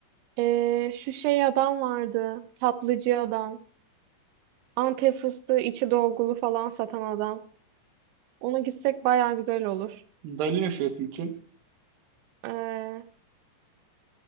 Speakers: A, on the right; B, on the right.
A: e, şu şey adam vardı. Tatlıcı adam. Antep fıstığı içi dolgulu falan satan adam. Ona gitsek baya güzel olur.
B: Danilo Şöhret kim?
A: E,